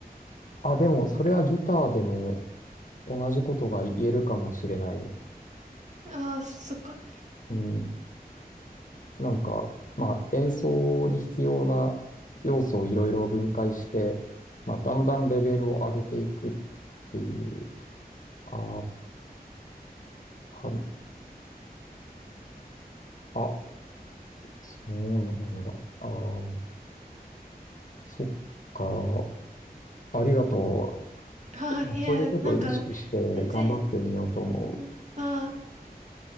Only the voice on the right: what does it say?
ああ、そっか。
ああ、
いや、
なんか、全然、うん、ああ、